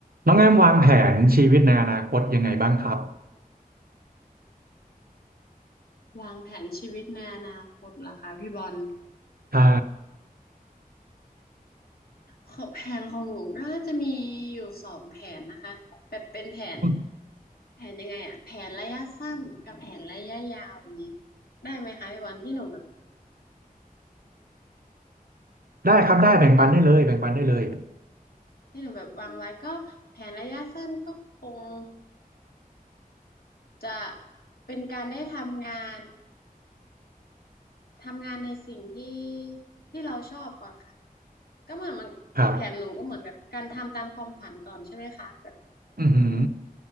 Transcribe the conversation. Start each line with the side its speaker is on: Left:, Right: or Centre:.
Right: น้องแอมวางแผนชีวิตในอนาคตยังไงบ้างครับ
Left: วางแผนชีวิตในอนาคตเหรอคะพี่บอล
Right: ใช่
Left: ของแผนของหนูก็น่าจะมีอยู่สองแผนนะคะแบบเป็นแผน
Right: อืม
Left: แผนยังไงอะแผนระยะสั้นกับแผนระยะยาวแบบนี้ได้ไหมคะพี่บอลที่หนูแบบ
Right: ได้ครับได้แบ่งปันได้เลยแบ่งปันได้เลย
Left: ที่หนูที่หนูแบบวางไว้ก็แผนระยะสั้นก็คงจะเป็นการได้ทำงานทำงานในสิ่งที่ที่เราชอบก่อนค่ะก็เหมือนมันแผนหนูก็เหมือนแบบการทำตามความฝันก่อนใช่ไหมคะแบบ
Right: ครับอือหือ